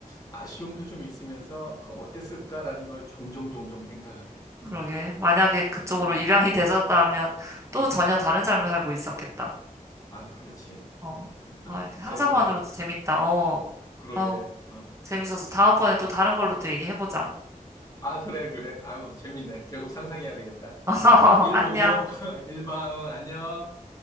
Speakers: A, on the left; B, on the right.
A: 아쉬움도 좀 있으면서, 그 어땠을까라는 걸 종종 종종 생각을 해.
B: 그러게.
A: 음,
B: 만약에 그쪽으로
A: 음.
B: 입양이 되셨다면 또 전혀 다른 삶을 살고 있었겠다.
A: 아, 그렇지.
B: 어.
A: 음,
B: 아, 이렇게 상상만으로도
A: 재밌네.
B: 재밌다. 어.
A: 그러게.
B: 아우,
A: 어.
B: 재밌어서 다음번에 또 다른 걸로 또 얘기해보자.
A: 아, 그래, 그래. 아유, 재밌네. 계속 상상해야 되겠다.
B: <laughs>
A: 음, 일
B: 안녕.
A: 보고, <laughs> 일 봐. 어, 안녕.